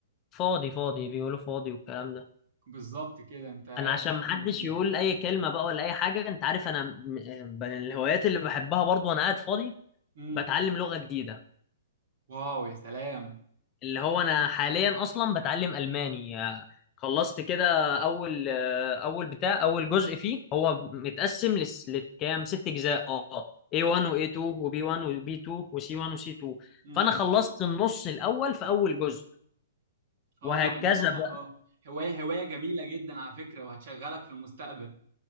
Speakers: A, on the left; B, on the right.
A: فاضي فاضي بيقولوا فاضي والكلام ده
B: بالظبط كده انت ايه
A: انا عشان
B: رايك
A: محدش
B: في الناس دي
A: يقول اي كلمه بقى ولا اي حاجه انت عارف انا م- من الهوايات اللي بحبها برضو وانا قاعد فاضي
B: امم
A: بتعلم لغه جديده
B: واو يا سلام
A: اللي هو انا حاليا اصلا بتعلم الماني آه، خلصت كده اول آه، اول بتاع اول جزء فيه هو متقسم لس- لكام ست اجزاء اه A1 و A2 وB1 وB2 وC1 وC2
B: امم
A: فانا خلصت النص الاول في اول جزء
B: اه
A: وهكذا
B: مع انها
A: بقى
B: اه هوايه هوايه جميله جدا على فكره وهتشغلك في المستقبل